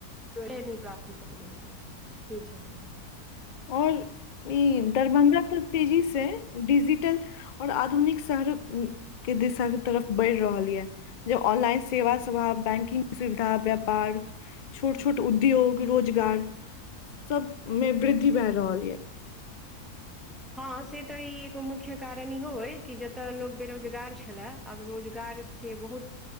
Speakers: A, in the centre; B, on the left.
A: नहि प्राप्ति पकल एक बर से छै लग <unintelligible>
B: और ई दरभंगा तऽ तेजी से डिजिटल ओर आधुनिक शहर के दिशाके तरफ बढ़ि रहल यए जे ऑनलाइन सेवा साव बैंकिंग सुविधा व्यापार छोट - छोट उद्योग रोजगार सबमे वृद्धि भेए रहल यए
A: हँ से तऽ ई एगो मुख्य कारण इहो अइ कि जतय लोक बेरोजगार छलए, आब रोजगार के बहुत